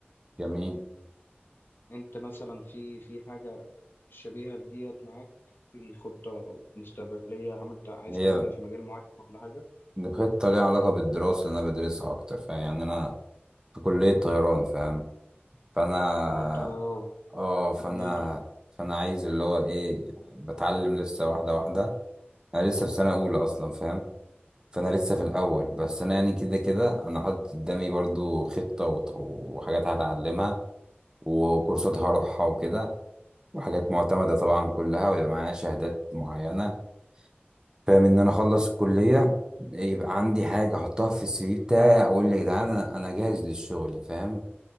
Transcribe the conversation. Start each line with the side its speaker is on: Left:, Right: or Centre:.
Right: جميل
Left: انت مثلا في في حاجة شبيهة لديت معاك في خطة مستقبلية عملت عايز
Right: هي
Left: تعملها في مجال معين ولا حاجة
Right: خطة ليها علاقة بالدراسة اللي أنا بدرسها أكتر فاهم يعني أنا في كلية طيران فاهم فانا
Left: تقول لي اه
Right: اه فانا
Left: جميلة
Right: فانا عايز اللي هو ايه بتعلم لسه واحدة واحدة انا لسه في سنة اولى اصلا فاهم فانا لسه في الاول بس انا يعني كده كده انا حاطط قدامي برضو خطة وط- وحاجات هتعلمها وكورسات هروحها وكده وحاجات معتمدة طبعا كلها ويبقى معايا شهادات معينة فاهم ان انا اخلص الكلية يبقى عندي حاجة احطها في السي في بتاعي اقول يا جدعان انا أنا جاهز للشغل فاهم